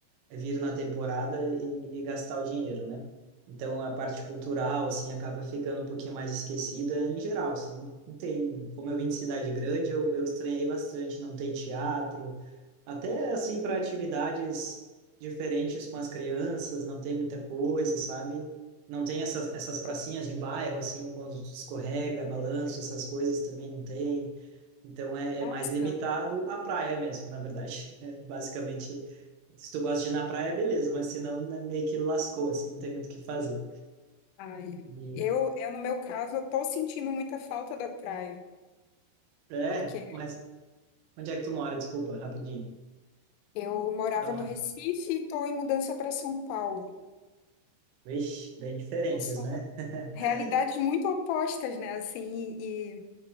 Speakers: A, on the right; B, on the left.
A: é vir na temporada e, e gastar o dinheiro, né? Então a parte cultural assim acaba ficando um pouquinho mais esquecida em geral, assim, não tem, como eu vim de cidade grande, eu, eu estranhei bastante, não tem teatro, até assim para atividades diferentes com as crianças, não tem muita coisa, sabe? Não tem essas, essas pracinhas de bairro assim com os escorrega, balanço, essas coisas também não tem. Então é,
B: Nossa,
A: é mais limitado à praia mesmo, na verdade. <laughs> É basicamente se tu gosta de ir na praia, beleza, mas se não, né, meio que lascou, assim, não tem muito o que fazer.
B: ai,
A: E-
B: eu, eu no meu caso, eu tô sentindo muita falta da praia,
A: É,
B: porque
A: mas onde é que tu mora? Desculpa, rapidinho.
B: eu morava
A: Tu mora...
B: no Recife e tô em mudança para São Paulo.
A: Vixe, bem diferentes,
B: Nossa,
A: né? <laughs>
B: realidades muito opostas, né? Assim, e,